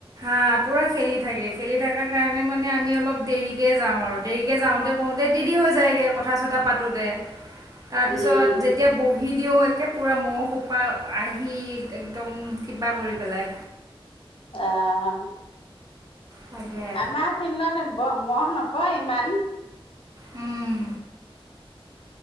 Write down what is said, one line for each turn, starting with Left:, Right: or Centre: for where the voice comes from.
Right: আ পুৰা খেলি থাকে। খেলি থাকাৰ কাৰণে মানে আমি অলপ দেৰিকে যাওঁ আৰু দেৰিকে যাওঁতে কওঁতে দেৰি হৈ যায়গে কথা চথা পাতোঁতে। তাৰ
Left: উম,
Right: পিছত যেতিয়া বহি দিও একে পুৰা মহ <unintelligible> আহি একদম কিবা কৰি পেলাই
Left: আহ
Right: তাকে
Left: আমাৰ ফিল্ডত মহ <unintelligible> <unintelligible> ইমান
Right: উম।